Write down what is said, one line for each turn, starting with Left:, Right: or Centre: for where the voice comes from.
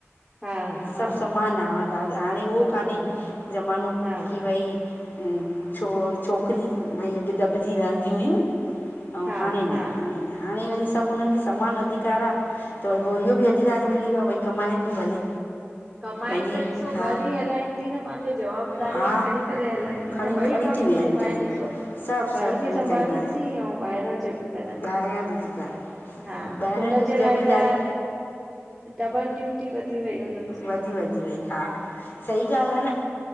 Centre: हा
Left: सबु
Centre: हा
Left: समान आ हाणे उहो
Centre: सभु
Left: कान्हे
Centre: समान आहे
Left: ज़मानो
Centre: हा
Left: की भई। छो छोकिरी भई अॼु दॿिजी रहंदी हुयूं। अऊं
Centre: हा
Left: हाणे न
Centre: हा
Left: हाणे न हाणे वरी सभ हुननखे समान अधिकार आ। त गोल्यो बि अधिकार मिली वियो भई कमाइन बि भले।
Centre: कमाइन
Left: पंहिंजी
Centre: त ॾिसो
Left: हा
Centre: घर ई हलाइन थी न पंहिंजो जवाबदारी
Left: हा
Centre: खणी त हलन।
Left: खणी
Centre: इन बइ
Left: खणी
Centre: कम
Left: विया
Centre: थी
Left: आहिनि
Centre: निभाइन
Left: वीचारियूं
Centre: ॾिसो।
Left: सभु सभु
Centre: घर बि
Left: उहो वीचारियूं
Centre: संभालन
Left: कनि
Centre: थी अऊं ॿाहिरां जोब् करन
Left: ॿाहिरियां
Centre: थी।
Left: बि थियूं करनि
Centre: हा
Left: ॿाहिरां
Centre: हुनन
Left: जी बि
Centre: जे लाइ
Left: ज़िमेदारी
Centre: त डबल ड्यूटी वधी वई हुन।
Left: वधी वधी वई हा सही ॻाल्ह आ न